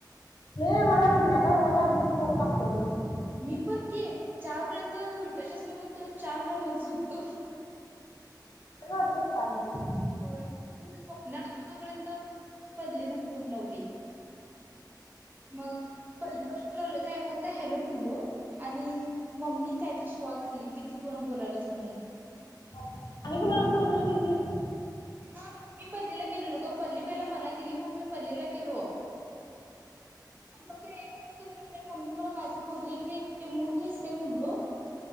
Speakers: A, on the left; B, on the right.
A: हे मला सध्या कर होता चोप लागत गई
B: मी पण के चारपर्यंत उलट्याच्याच ना बघतो आणि चार ला मग झोपतो
A: ह ना तेठी कारणते
B: होय स्वप्न तो तोपर्यंत पल्लीन फोन लावली मग पल्लेला फनवले काय फक्त हॅलो म्हणलो आणि मम्मी कायत श्वा घाठली किती फोन बोलायलास म्हणून
A: आणि ग नक नलकती
B: हा मी पल्लीला केलेलो ग पल्ली पहिला मला केली मग मी पल्लीला केलो <inaudible> मम्मी मला कायत बोलले मी ते मूर्खचते म्हणलो